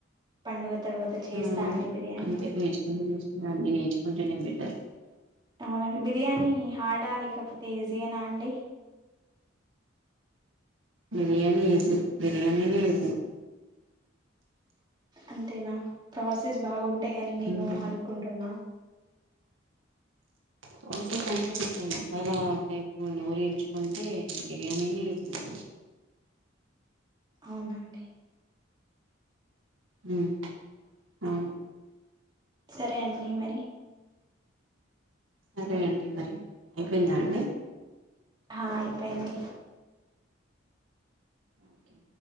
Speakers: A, on the right; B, on the right.
A: పండుగ తర్వాత చేస్తా
B: హ్మ్మ్
A: అండి బిర్యానీ
B: అంతే నేర్చుకుంటే నేర్చుకు అన్ని నేర్చుకుంటే బెటర్ బ <unintelligible>
A: అవునండి బిర్యానీ హార్డ్ ఆ లేకపోతే ఈజీ యేన అండి
B: బిర్యానీ ఈజీ బిర్యానీని ఈజీ
A: అంతేనా ప్రాసెస్ బాగుంట అంటె అని నేను
B: మ్మ్.
A: అనుకుంటున్నా <inaudible>
B: టోసెస్ అంటే కొంచెం మసాలా టైప్ నోరించుకుంటే బిర్యానీని ఇస్త
A: అవునండి
B: ఉమ్ అవును
A: ఒకే అండి మరి
B: సరే అండి మరి అయిపోయిందా అండి
A: ఆ అయిపోయింది
B: ఓకే